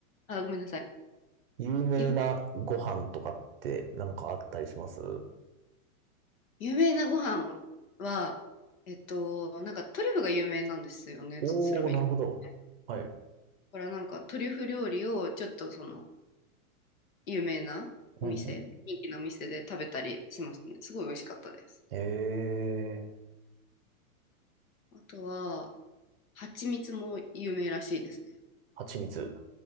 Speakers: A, on the left; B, on the right.
A: あ、ごめんなさい。
B: 有名なご飯とかってなんかあったりします
A: よ有名なご飯は、えっと、なんかトリュフが有名なんですよね、
B: おー、
A: スロベニア。
B: なるほど。
A: だ
B: はい。
A: からなんかトリュフ料理をちょっとその有名なお店、
B: うんう
A: 人気のお店で食べたりしましたね。すごい美味しかったです。
B: ん。えー、
A: あとは、蜂蜜も有名らしいですね。
B: 蜂蜜。